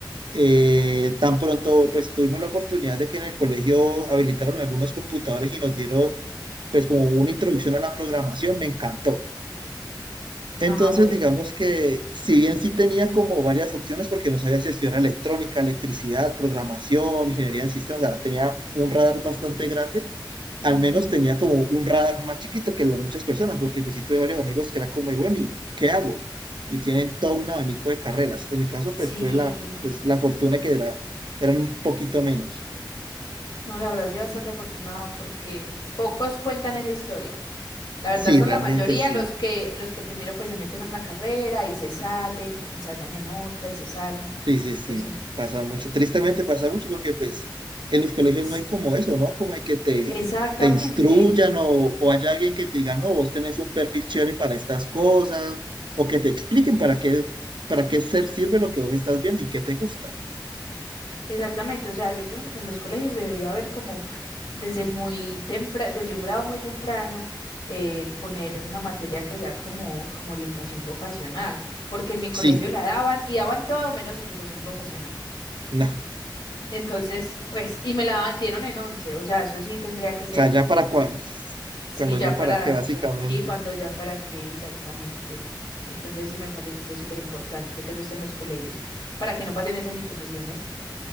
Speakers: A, on the right; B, on the left.
A: eh, tan pronto pues tuvimos la oportunidad de que en el colegio habilitaron algunos computadores y nos dieron pues como una introducción a la programación, me encantó. Entonces
B: Ah, bueno.
A: digamos que si bien sí tenía como varias opciones porque no sabía si estudiar electrónica, electricidad, programación, ingeniería en sistemas, o sea, tenía un radar bastante grande
B: Ujú.
A: al menos tenía como un radar más chiquito que las muchas personas, porque pues sí tuve varios amigos que era como, y bueno, ¿y qué hago? Y tienen todo un abanico de carreras. En mi caso, pues
B: Sí,
A: tuve la, pues, la fortuna que era, eran un poquito menos.
B: no, la verdad sí bastante
A: Y
B: afortunado porque pocos cuentan esa historia. La verdad
A: sí,
B: son
A: realmente
B: la mayoría
A: sí,
B: los que los que primero pues se meten a una carrera y se salen, ensayan en otra y se salen.
A: sí, sí, sí,
B: O sea,
A: pasa mucho. Tristemente pasa mucho porque pues en los colegios
B: s-
A: no hay como eso, ¿no? Como hay que te,
B: exactamente.
A: te instruyan o, o haya alguien que te diga, no, vos tenés un perfil chévere para estas cosas, o que te expliquen para qué, para qué ser sirve lo que vos estás viendo y qué te gusta.
B: Exactamente, o sea, yo pienso que en los colegios debería haber como desde muy temprano, desde un grado muy temprano, eh, poner una materia que sea como, como orientación vocacional, porque en mi colegio
A: Sí,
B: la daban y daban todo menos orientación vocacional.
A: no. O
B: Entonces, pues, y me la daban- dieron en once, o sea, eso sí tendría que ser,
A: sea, ya para
B: como-
A: cua-
B: sí,
A: cuando
B: ya
A: ya
B: para,
A: para qué, básicamente.
B: ya- sí, cuando ya para qué exactamente. Entonces sí me parece súper importante que eso esté en los colegios, para que no pasen esas situaciones.